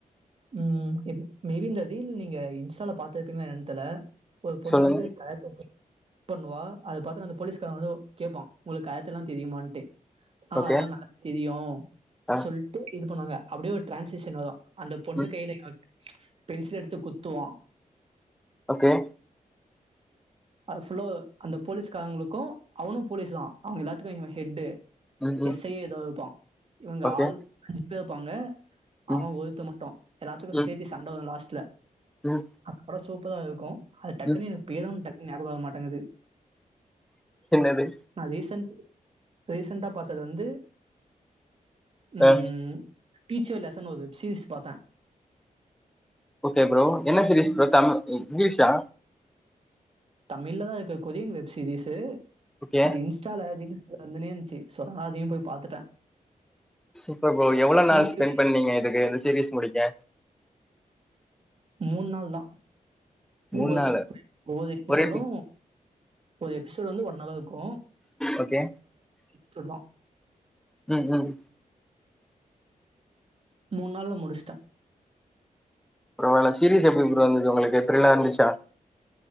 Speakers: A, on the right; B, in the centre.
A: ம் மேபி இந்த ரீல் நீங்க இன்ஸ்டால பாத்துருப்பீங்ளா என்னனு தெரில ஒரு பொண்ணு
B: சொல்லுங்க
A: வந்து கராத்தே பண்ணுவா அத பாத்துட்டு அந்த போலீஸ்காரன் வந்து கேப்பா உங்களுக்கு கரத்தே எல்லா தெறியுமான்ட்டு ஆ
B: ஓகே
A: அதெல்லா நல்ல தெரியு
B: ஆ
A: சொல்ட்டு இது பண்ணுவாங்க அப்டியே ஒரு ட்ரான்சேஷன் வரு அந்த பொண்ணு
B: ம்
A: கையில பென்சில் எடுத்து குத்துவா
B: ஓகே
A: அது ஃபுல்லா அந்த போலீஸ்காரங்களுக்கு அவனு போலீஸ் தா அவங்க எல்லாத்துக்கு இவ ஹெட்டு
B: ம் ம்
A: எஸ் ஐ யா ஏதோ இருப்பா இவங்க
B: ஓகே
A: ஆறு அஞ்சு பேர் இருப்பாங்க அவ
B: ம்
A: ஒருத்த மட்டு எல்லாத்துக்கு
B: ம்
A: சேத்தி சண்ட வரு லாஸ்ட்ல
B: ம்
A: அந்த படோ சூப்பரா இருக்கு அது டக்குன்னு
B: ம்
A: எனக்கு பேரு டக்குன்னு ஞாபகம் வர மாட்டேங்குது
B: என்னது
A: நா ரீசென்ட் ரீசென்டா பாத்தது வந்து ம்
B: ஆ
A: டீச்சர் லெசன்னு ஒரு வெப்சீரிஸ் பாத்த
B: ஓகே ப்ரோ என்ன சீரீஸ் ப்ரோ தமி இங்லீஷா
A: தமிழ்லதா இருக்கு கொரியன் வெப் சீரீஸ்
B: ஓகே
A: அது இன்ஸ் இன்ஸ்டால ரீல்ஸு வந்துனே இருந்ச்சு சோ அதனால அதையு போய் பாத்துட்ட
B: சூப்பர் ப்ரோ எவ்ளோ நாள்
A: டீச்சர்
B: ஸ்பெண்ட் பண்ணீங்க இதுக்கு இந்த சீரீஸ் முடிக்க
A: மூண் நாள்தா
B: மூணு
A: ஒவ்வொரு
B: நாளு
A: ஒவ்வொரு எபிசோடு
B: ஒரே
A: ஒரு எபிசோடு வந்து ஒன் ஹவர் இருக்கு
B: ஓகே
A: அதுதா
B: ம் ம்
A: மூண் நாள்ல முடிச்ட்ட
B: ப்ரோ அந்த சீரீஸ் எப்டி ப்ரோ இருந்தது உங்களுக்கு திர்லா இருந்துச்சா